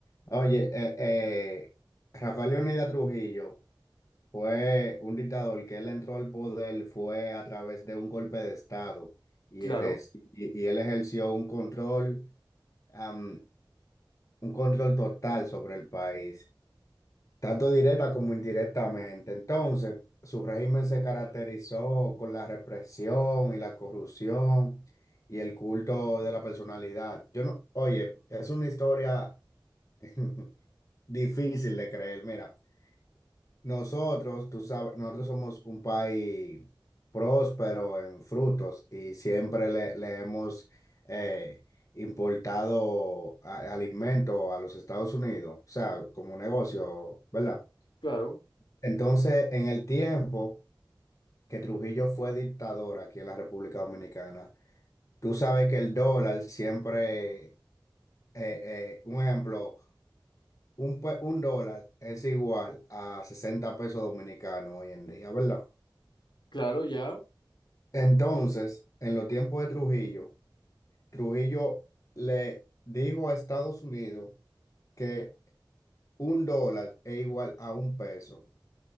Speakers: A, on the left; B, on the left.
A: Oye, eh, eh, Rafael Leónidas Trujillo fue un dictador que él entró al poder fue a través de un golpe de Estado y
B: Claro,
A: él, es- y, y él ejerció un control, am, un control total sobre el país. tanto directa como indirectamente. Entonces, su régimen se caracterizó con la represión y la corrupción y el culto de la personalidad. Yo no, oye, es una historia <laughs> difícil de creer. Mira, nosotros, tú sabes, nosotros somos un país próspero en frutos y siempre le, le hemos eh, importado a- alimentos a los Estados Unidos, o sea, como un negocio, ¿verdad?
B: claro,
A: Entonces, en el tiempo que Trujillo fue dictador aquí en la República Dominicana, tú sabes que el dólar siempre, eh, eh, un ejemplo, un, pe- un dólar es igual a 60 pesos dominicanos hoy en día, ¿verdad?
B: claro, ya.
A: Entonces, en los tiempos de Trujillo, Trujillo le dijo a Estados Unidos que un dólar es igual a un peso.